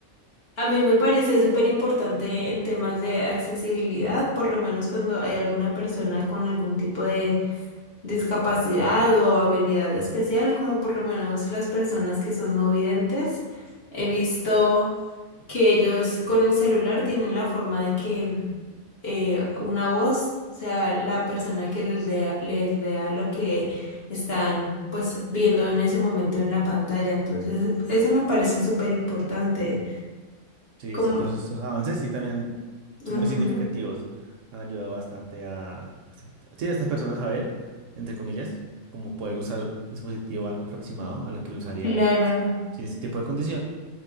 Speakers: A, on the left; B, on the right.
A: a mí me parece súper importante en temas de accesibilidad, por lo menos cuando hay alguna persona con algún tipo de discapacidad o habilidad especial, como por lo menos las personas que son no videntes. He visto que ellos con el celular tienen la forma de que eh, una voz sea la persona que les dé, les lea lo que están pues viendo en ese momento en la pantalla. Entonces, eso me parece súper importante.
B: Sí, es-
A: Como,
B: todos estos avances sí también son
A: ujú,
B: muy significativos. Han ayudado bastante a, sí, a estas personas a ver, entre comillas, como poder usar el dispositivo algo aproximado a lo que lo usaría
A: Clara.
B: alguien sin este tipo de condición.